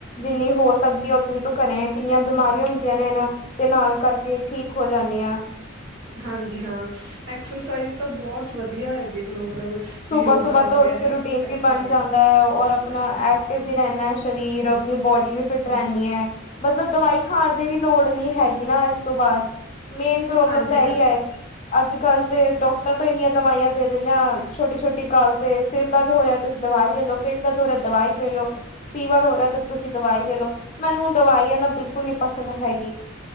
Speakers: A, on the left; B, on the right.
A: ਜਿੰਨੀ ਹੋ ਸਕਦੀ ਉਨੀ ਤੂੰ ਕਰੇ, ਕਿੰਨੀਆਂ ਬਿਮਾਰੀਆਂ ਹੁੰਦੀਆਂ ਨੇ, ਇਹਨਾਂ ਤੇ ਨਾਲ ਕਰਕੇ ਠੀਕ ਹੋ ਜਾਂਦੀ ਆ।
B: ਹਾਂਜੀ ਹਾਂ ਐਕਸਰਸਾਈਜ਼ ਤਾਂ ਬਹੁਤ ਵਧੀਆ ਹੈ ਦੇਖਲੋ ਮਤਲਬ
A: ਸੁਬਾਹ
B: ਯੋਗਾ
A: ਸੁਬਾਹ ਤੋਂ
B: ਵਗੈਰਾ
A: ਉੱਠ ਕੇ ਰੂਟੀਨ
B: ਐਕਸਰਸਾਈਜ਼
A: ਵੀ ਬਣ ਜਾਂਦਾ ਐ, ਔਰ ਆਪਣਾ
B: ਹਮ
A: ਐਕਟਿਵ ਵੀ ਰਹਿੰਦਾ ਏ ਸਰੀਰ, ਆਪਣੀ ਬੋਡੀ ਵੀ ਫਿਟ ਰਹਿੰਦੀ
B: ਹਮ
A: ਏ ਮਤਲਬ ਦਵਾਈ ਖਾਣ ਦੀ ਵੀ ਲੋੜ ਨਹੀਂ ਹੈਗੀ ਨਾ ਇਸ ਤੋਂ ਬਾਅਦ ਮੇਨ ਪ੍ਰੋਬਲਮ
B: ਹਾਂਜੀ
A: ਤਾਂ ਇਹੀ
B: ਹਾਂ
A: ਹੈਗੀ, ਅੱਜ ਕੱਲ ਦੇ ਡਾਕਟਰ ਤੋਂ ਇੰਨੀਆਂ ਦਵਾਈਆ ਦੇ ਦਿੰਨੇ ਆ ਛੋਟੀ ਛੋਟੀ ਗੱਲ ਤੇ ਸਿਰ ਦਰਦ ਹੋ ਰਿਹਾ, ਤੁਸੀਂ ਦਵਾਈ ਲੈ ਲਓ, ਪੇਟ ਦਰਦ ਹੋ ਰਿਹਾ ਦਵਾਈ ਲੈ ਲਓ, ਫੀਵਰ ਹੋ ਰਿਹਾ ਤੇ ਤੁਸੀਂ ਦਵਾਈ ਲੈ ਲਓ, ਮੈਨੂੰ ਦਵਾਈ ਨਾ ਬਿਲਕੁਲ ਨੀ ਪਸੰਦ ਹੈਗੀ।